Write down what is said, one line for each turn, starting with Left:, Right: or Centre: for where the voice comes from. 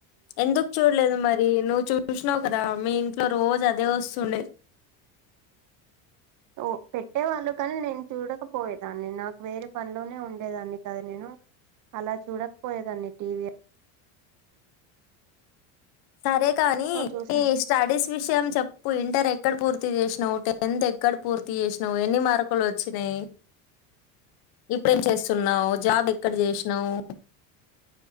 Left: ఎందుకు చూడలేదు మరి నువ్వు చూసినావు కదా మీ ఇంట్లో రోజు అ అదే వస్తుండే
Right: ఓ పెట్టేవాళ్ళు కానీ నేను చూడకపోయేదాన్ని నాకు వేరే పనిలోనే ఉండేదాన్ని కదా నేను అలా చూడకపోయేదాన్ని టీవీ
Left: సరే కాని
Right: నువ్వు చూసా
Left: ఈ స్టడీస్ విషయం చెప్పు ఇంటర్ ఏక్ ఎక్కడ పూర్తి చేసినావు టెన్త్ ఎక్కడ పూర్తి చేసినావు ఎన్ని మార్కులు వచ్చినాయి ఇప్పుడేం చేస్తున్నావు జాబ్ ఎక్కడ చేసినావు